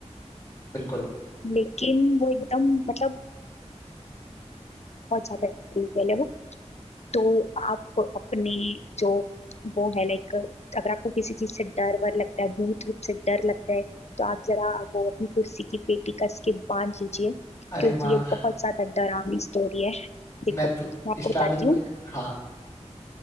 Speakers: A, on the left; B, on the left.
A: बिल्कुल
B: लेकिन वो एकदम मतलब बहुत ज्यादा रियल है वो तो आप अपने जो वो है लाइक अगर आपको किसी चीज से डर वर लगता है भूत भूत से डर लगता है तो आप जरा वो अपनी कुर्सी की पेटी कस के बांध लीजिए
A: अरे
B: क्योंकि
A: वाह
B: ये बहुत ज्यादा डरावनी स्टोरी है देखो
A: मैं तो
B: मैं आपको
A: स्टार्टिंग
B: बताती हूँ
A: में हाँ